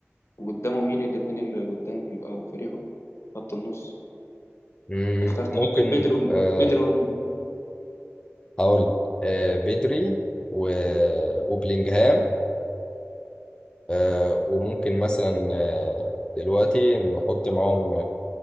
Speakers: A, on the left (about 65°); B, on the left (about 20°).
A: وقدامه مين الاتنين اللي قدام يبقى فريقهم خط النص
B: مم،
A: اخترت
B: ممكن
A: بيدرو
B: أه
A: بيدرو
B: هقول لك أه بدري و... وبلينجهام أه وممكن مثلا أه دلوقتي نحط معاهم